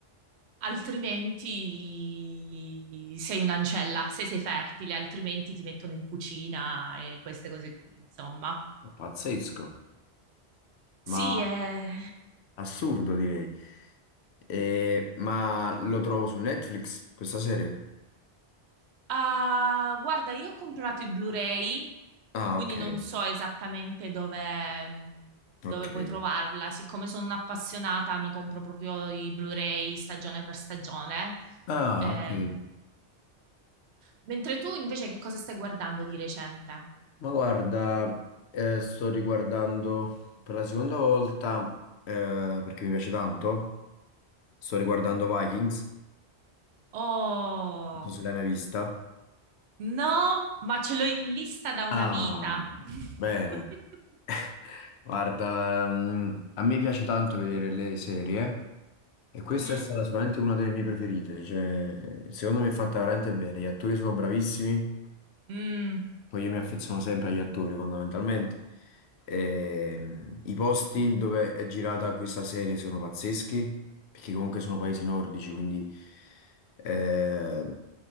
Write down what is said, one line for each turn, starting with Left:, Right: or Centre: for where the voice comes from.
Right: Altrimenti sei un'ancella, se sei fertile, altrimenti ti mettono in cucina e queste cose qui, insomma.
Left: Pazzesco, ma
Right: Sì, eh.
Left: Assurdo direi. E- ma lo trovo su Netflix questa serie?
Right: Ah, guarda, io ho comprato i Blu-ray,
Left: Ah,
Right: quindi
Left: ok,
Right: non so esattamente dove,
Left: ok.
Right: dove puoi trovarla. Siccome sono un'appassionata, mi compro proprio i Blu-ray stagione per stagione.
Left: ah,
Right: Ehm,
Left: ok.
Right: mentre tu invece che cosa stai guardando di recente?
Left: Ma guarda, eh, sto riguardando per la seconda volta, eh, perché mi piace tanto, sto riguardando Vikings,
Right: Oh,
Left: non so se l'hai mai vista.
Right: no, ma ce l'ho in lista da una
Left: Ah,
Right: vita. <laughs>
Left: bene. <laughs> Guarda, ehm, a me piace tanto vedere le serie e questa
Right: Mhm.
Left: è stata sicuramente una delle mie preferite. Cioè, secondo me è fatta veramente bene. Gli attori sono bravissimi,
Right: Mm,
Left: poi io mi affeziono sempre agli attori fondamentalmente. Ehm, I posti dove è girata questa serie sono pazzeschi, perché comunque sono paesi nordici, quindi eh,